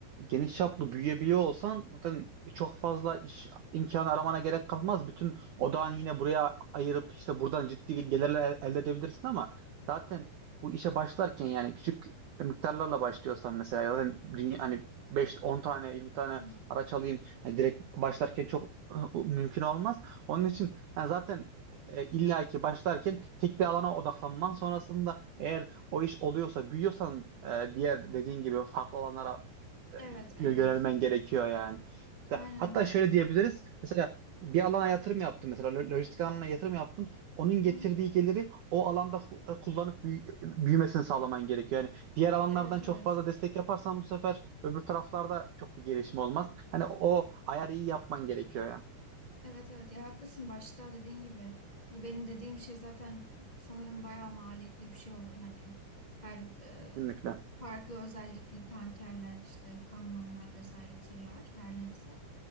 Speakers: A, on the right (about 75°); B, on the left (about 15°).
A: geniş çaplı büyüyebiliyor olsan zaten çok fazla iş imkanı aramana gerek kalmaz. Bütün odağını yine buraya ayırıp işte buradan ciddi gelirler el- elde edebilirsin ama zaten bu işe başlarken yani küçük miktarlarla başlıyorsan mesela zaten dünya, hani 5-10 tane 20 tane
B: Hı.
A: araç alayım hani direkt başlarken çok <laughs> mümkün olmaz. Onun için yani zaten e, illaki başlarken tek bir alana odaklanman sonrasında eğer o iş oluyorsa, büyüyorsan e, diğer dediğin gibi farklı alanlara e,
B: Evet,
A: yönelmen
B: evet.
A: gerekiyor yani. İşte,
B: Aynen.
A: hatta şöyle diyebiliriz. Mesela bir alana yatırım yaptın mesela lo- lojistik alanına yatırım yaptın. Onun
B: Hı
A: getirdiği
B: hı.
A: geliri o alanda ku- e, kullanıp büyü- e, büyümesini sağlaman gerekiyor. Yani diğer alanlardan
B: Evet,
A: çok
B: evet.
A: fazla destek yaparsan bu sefer öbür taraflarda çok bir gelişme olmaz. Hani o ayarı iyi yapman gerekiyor ya.
B: Evet evet ya haklısın başta dediğin gibi. Bu benim dediğim şey zaten sanırım bayağı maliyetli bir şey olur hani. Her e,
A: Kesinlikle.
B: farklı özellikli tankerler işte kamyonlar vesaire tırlar her neyse.